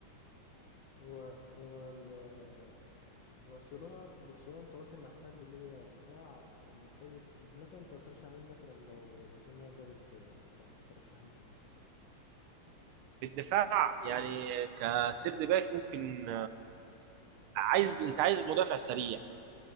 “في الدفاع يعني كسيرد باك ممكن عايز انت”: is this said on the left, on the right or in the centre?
Right